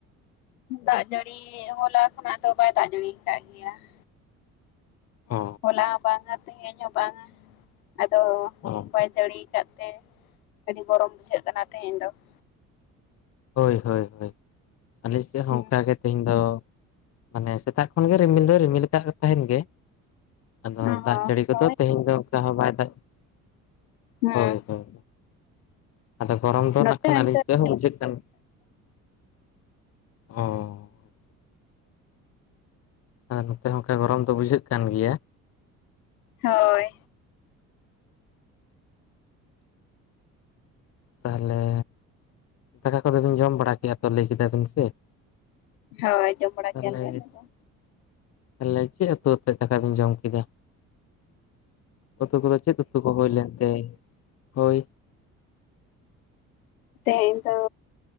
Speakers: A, on the left; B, on the left.
A: ᱫᱟᱜ ᱡᱟᱹᱲᱤ ᱦᱚᱞᱟ ᱠᱷᱚᱱᱟᱜ ᱫᱚ ᱵᱟᱭ ᱫᱟᱜ ᱡᱟᱹᱲᱤ ᱟᱠᱟᱜ ᱜᱮᱭᱟ ᱾
B: ᱚ
A: ᱦᱚᱞᱟ ᱦᱚᱸ ᱵᱟᱝᱟ ᱛᱮᱦᱮᱧ ᱦᱚᱸ ᱵᱟᱝᱟ ᱟᱫᱚ
B: ᱚ
A: <inaudible> ᱡᱟᱹᱲᱤ ᱠᱟᱜ ᱛᱮ ᱟᱹᱰᱤ ᱜᱚᱨᱚᱢ ᱵᱩᱡᱷᱟᱹᱜ ᱠᱟᱱᱟ ᱛᱮᱦᱮᱸᱧ ᱫᱚ ᱾
B: ᱦᱳᱭ ᱦᱳᱭ ᱟᱞᱮ ᱥᱮᱫ ᱦᱚᱸ
A: ᱦᱩᱸ
B: ᱚᱱᱠᱟᱜᱮ ᱛᱮᱦᱮᱧ ᱫᱚ ᱼᱼ ᱢᱟᱱᱮ ᱥᱮᱛᱟᱜ ᱠᱷᱚᱱ ᱜᱮ ᱨᱤᱢᱤᱞ ᱫᱚ ᱨᱤᱢᱤᱞ ᱠᱟᱜ ᱛᱟᱦᱮᱱ ᱜᱮ ᱾ ᱟᱫᱚ
A: ᱚ
B: ᱫᱟᱜ
A: ᱦᱚᱸ
B: ᱡᱟᱹᱲᱤ ᱠᱚᱫᱚ
A: ᱦᱳᱭ
B: ᱛᱮᱦᱮᱧ ᱫᱚ ᱚᱱᱠᱟ ᱦᱚᱸ ᱵᱟᱭ ᱫᱟᱜ ᱼᱼ
A: ᱦᱮᱸ
B: ᱦᱳᱭ ᱦᱳᱭ ᱟᱫᱚ ᱜᱚᱨᱚᱢ ᱫᱚ
A: ᱱᱚᱛᱮ
B: ᱱᱟᱜ ᱠᱷᱟᱱ ᱟᱹᱞᱤᱧ
A: ᱤᱱᱠᱟᱹ ᱨᱮᱸᱜᱮᱡ
B: ᱥᱮᱫ ᱦᱚᱸ ᱵᱩᱡᱷᱟᱹᱜ ᱠᱟᱱᱟ ᱾ ᱚᱻ ᱟᱨ ᱱᱚᱛᱮ ᱦᱚᱸ ᱚᱱᱠᱟ ᱜᱚᱨᱚᱢ ᱫᱚ ᱵᱩᱡᱷᱟᱹᱜ ᱠᱟᱱ ᱜᱮᱭᱟ ᱾
A: ᱦᱳᱭ ᱾
B: ᱛᱟᱦᱞᱮ ᱫᱟᱠᱟ ᱠᱚᱫᱚ ᱵᱤᱱ ᱡᱚᱢ ᱵᱟᱲᱟ ᱠᱮᱫᱼᱟ ᱛᱚ ᱞᱟᱹᱭ ᱠᱮᱫᱟ ᱵᱤᱱ ᱥᱮ?
A: ᱦᱳᱭ ᱡᱚᱢ ᱵᱟᱲᱟ
B: ᱛᱟᱦᱚᱞᱮ
A: ᱠᱮᱭᱟᱞᱮ ᱟᱞᱮ ᱫᱚ ᱾
B: ᱛᱟᱦᱚᱞᱮ ᱪᱮᱫ ᱩᱛᱩ ᱟᱛᱮᱫ ᱫᱟᱠᱟ ᱵᱮᱱ ᱡᱚᱢ ᱠᱮᱫᱟ ᱩᱛᱩ ᱠᱚᱫᱚ ᱪᱮᱫ ᱩᱛᱩ ᱠᱚ ᱦᱳᱭ ᱞᱮᱱᱛᱮ ᱦᱳᱭ
A: ᱛᱮᱦᱮᱧ ᱫᱚ